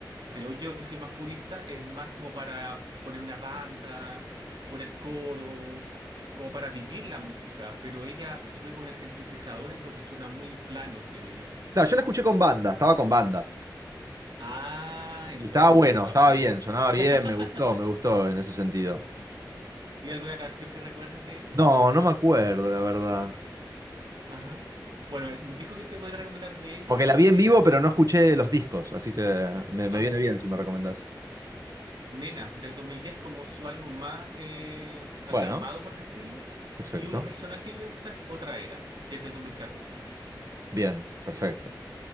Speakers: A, on the right; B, on the right.
A: creo yo que soy más purista, es más como para poner una banda, poner coros, como para vivir la música, pero ella se sube con el sintetizador, entonces suena muy plano, creo yo.
B: Claro, yo la escuché con banda, estaba con banda.
A: Ah, entonces
B: Y estaba bueno,
A: me tocó
B: estaba
A: a mí la
B: bien,
A: mala suerte.
B: sonaba bien,
A: <laughs>
B: me gustó, me gustó en ese sentido.
A: ¿Y alguna canción que recuerdes de ella?
B: No, no me acuerdo, la verdad.
A: Ajá. Bueno, el- un disco que te podría recomendar de ella
B: Porque la
A: es
B: vi
A: Mena.
B: en vivo, pero no escuché los discos, así que me,
A: Ajá.
B: me viene bien si me recomendás.
A: Mena, del 2010 como su álbum más eh, aclamado,
B: Bueno,
A: por decirlo.
B: perfecto.
A: Y uno personal que me gusta es Otra Era, que es del dos mil catorce
B: Bien, perfecto.